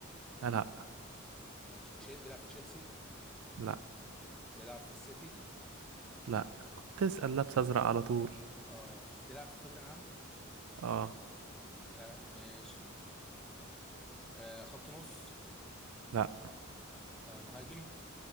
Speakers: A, on the right (about 85°); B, in the centre.
A: لا لا
B: ماشي تشيل بيلعب في تشيلسي
A: لا
B: بيلعب في السيتي
A: لا كنت تسأل لابس ازرق على طول
B: آه بيلعب في توتنهام
A: اه
B: لا ماشي آه خط نص
A: لا
B: آه مهاجم